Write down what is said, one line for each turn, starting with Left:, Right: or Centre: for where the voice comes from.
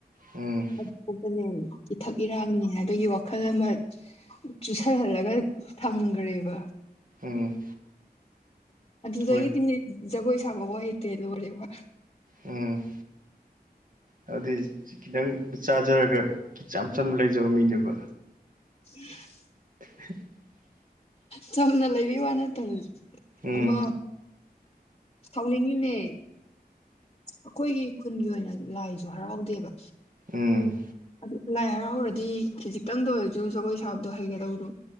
Right: ꯎꯝ
Left: ꯑꯗꯨꯐꯧꯇꯅꯦ ꯏꯊꯛ ꯏꯔꯥꯡꯅꯦ ꯍꯥꯏꯕꯒꯤ ꯋꯥꯈꯜ ꯑꯃ ꯆꯨꯁꯜꯍꯜꯂꯒ ꯊꯝꯒ꯭ꯔꯦꯕ
Right: ꯎꯝ
Left: ꯑꯗꯨꯗꯒꯤꯗꯤ
Right: ꯍꯣꯏꯅꯦ
Left: ꯖꯒꯣꯏ ꯁꯥꯕꯕꯧ ꯍꯩꯇꯦ ꯂꯣꯏꯔꯦ ꯋꯥ
Right: ꯎꯝ ꯑꯗꯨꯗꯤ ꯈꯤꯇꯪ ꯆꯥꯖꯔꯒ ꯢꯆꯝ ꯆꯝꯅ ꯂꯩꯖꯕ ꯃꯤꯅꯦꯕ
Left: <unintelligible>
Right: <unintelligible>
Left: ꯆꯝꯅ ꯂꯩꯕꯤ ꯋꯥ ꯅꯠꯇꯕ
Right: ꯎꯝ
Left: ꯑꯃ ꯊꯧꯅꯤꯡꯉꯤꯃꯦ ꯑꯈꯣꯏꯒꯤ ꯈꯨꯟꯒꯤ ꯑꯣꯏꯅ ꯂꯥꯏꯁꯨ ꯍꯔꯥꯎꯗꯦꯕ
Right: ꯎꯝ
Left: ꯑꯗꯨ ꯂꯥꯏ ꯍꯔꯥꯎꯔꯗꯤ ꯈꯤꯖꯤꯛꯇꯪꯗ ꯑꯣꯏꯔꯖꯨ ꯖꯒꯣꯏ ꯁꯥꯕꯗꯣ ꯍꯩꯒꯗꯧꯗꯣ